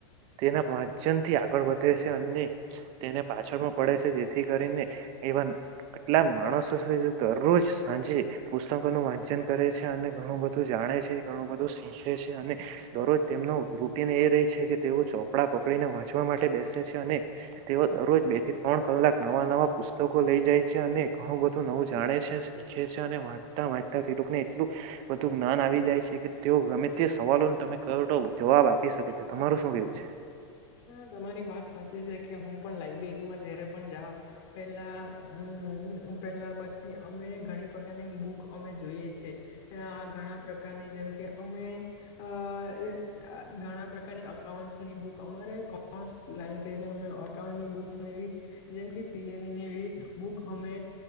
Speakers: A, on the right (about 40°); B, on the left (about 55°).
A: તેના વાચન થી આગળ વધે છે, અને તેને પાછળમાં પડે છે જે કરીને એવા કેટલાક માણસો છે જે દરોજ સાંજે પુસ્તકો નું વાંચન ક રે છે અને ઘણું બધું જાણે છે, ઘણું બધું શીંખે છે, અને દરોજ તેમનું રૂટીન એ રે છ કે તેઓ ચોપડા પકડીને વાંચવા માટે બેસે છે અને તેઓ દરોજ બે થી ત્રણ કલાક નવા નવા પુસ્તકો લઈ જાય છે, અને ઘણું બધું નવું જાણે છે, શીખે છે, અને વાંચતા વાંચતા તે લોકને એટલું બધું જ્ઞાન આવી જાય છે, કે તેઓ ગમે તે સવાલોન તમે કરો તો જવાબ આપી શકે તમારું શું કેવું છે?
B: હં, તમારી વાત સાચી છે, કે હું પણ લાઈબેરીમાં જયારે પણ જાઉં, પેલ્લા અં અં પેલ્લા પસી અમે ઘણી પકારની બુક અમે જોઈએ છે, એં આં ઘણા પ્રક કારની જેમ કે અમે અ આ ઘણા પ્રકારની અઉન્ટ્સની બુક અમારે કોમર્સ લાઈન્ સે, એટલે અમે અકાઉન્ટની બુક્સ ને એવી, જેમ કે સીએન ની નેવી બુક હમે